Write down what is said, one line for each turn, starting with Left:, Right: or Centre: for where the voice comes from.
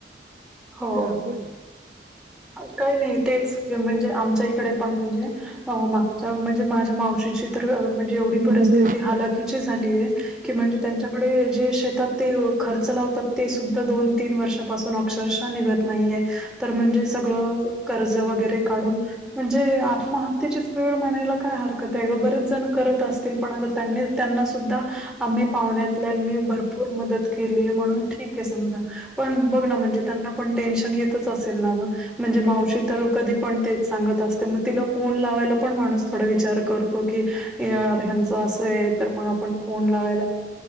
Centre: हो
Right: हा बोल ना
Centre: काही नाही तेच म्हणजे आमच्या इकडे पण म्हणजे माग म्हणजे माझ्या मावशीची तर म्हणजे एवढी परिस्थिती
Right: म्हणजे
Centre: हालाखीची झाली आहे की म्हणजे त्यांच्याकडे जे शेतात ते खर्च लावतात ते सुद्धा दोन तीन वर्ष पाून अक्षरशः निघत नाहीये तर म्हणजे सगळं कर्ज वगैरे काढून म्हणजे आत्महत्येचीच वेळ म्हणायला काय हरकत आहे ग बरेच जण करत असत. पणग त्यांनी त्यांना सुद्धा आम्ही पाहुण्यातल्यानी भरपूर मदत केलीय म्हणून ठीक आहे समजा पण बघ ना म्हणजे त्यांना पण टेन्शन येतच म्हणजे मावशी
Right: हा
Centre: तर कधी पण तेच सांगत मग तिला फोन लावायला पण माणूस थोडा विचार करतो की यार ह्यांचं असं आहे तर मग आपण फोन लावायला